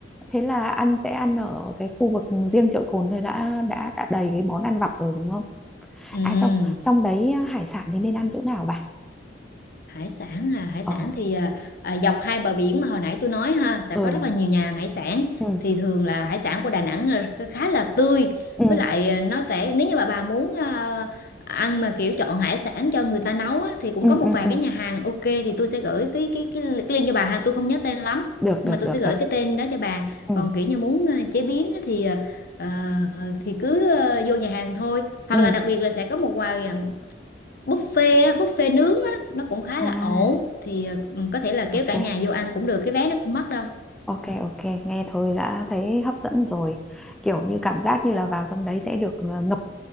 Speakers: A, in the centre; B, on the left (about 55°).
A: thế là ăn sẽ ăn ở cái khu vực riêng chợ Cồn thôi đã đã đã đầy cái món ăn vặt rồi đúng không
B: ừ
A: à trong trong đấy à, hải sản thì nên ăn chỗ nào bà
B: hải sản à hải
A: ờ
B: sản thì à, à, dọc hai bờ biển mà hồi nãy tôi nói ha là
A: ừ
B: có rất là nhiều nhà hàng hải sản
A: ừ
B: thì thường là hải sản của Đà Nẵng là khá là tươi
A: ừ
B: với lại à, nó sẽ nếu như mà bà muốn à, ăn mà kiểu chọn hải sản cho người ta nấu á, thì cũng
A: ừ
B: có một
A: ừ
B: vài
A: ừ
B: cái nhà hàng ok thì tôi sẽ gửi cái cái cái, cái link cho bà ha tôi không nhớ tên lắm
A: được
B: nhưng
A: được
B: mà tôi
A: được
B: sẽ gửi
A: được
B: cái tên đó cho bà
A: ừ
B: còn kiểu như muốn à, chế biến á thì à, ờ, thì cứ à, vô nhà hàng thôi hoặc
A: ừ
B: là đặc biệt là sẽ có một vài buffet á, buffet nướng á nó cũng khá
A: à
B: là ổn thì ừ, có thể là kéo
A: ok
B: cả nhà vô ăn cũng được cái vé nó cũng mắc đâu
A: ok ok nghe thôi đã thấy hấp dẫn rồi kiểu như cảm giác như là vào trong đấy sẽ được ờ, ngập